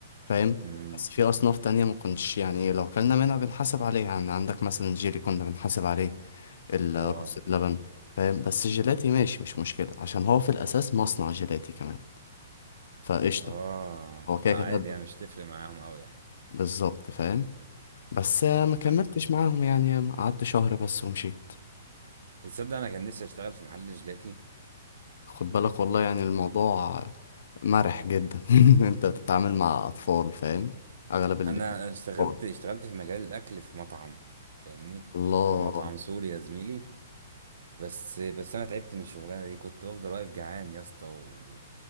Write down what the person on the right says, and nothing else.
مم.
اه
اه
فعادي
يعني مش تفرق معاهم أوي يعني
أنا
تصدق أنا كان نفسي أشتغل في محل جيلاتي
انا اشتغلت
اشتغلت في مجال الاكل في مطعم فاهمني
كان مطعم سوري يا زميلي بس بس انا تعبت من الشغلانه دي كنت بفضل واقف جعان يا اسطى و...